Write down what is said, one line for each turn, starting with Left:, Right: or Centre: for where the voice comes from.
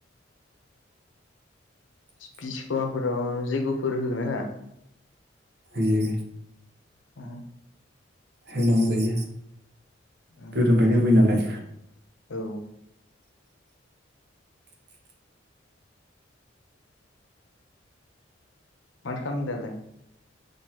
Left: बिसिखफोराव जैग'फोर होगोन ना होआ?
Right: होयो।
Left: आ
Right: होनांगौ जायो
Left: उम,
Right: गोदोनिफ्रायनो होबाय नालाय।
Left: औ। माथो खामदों दालाय?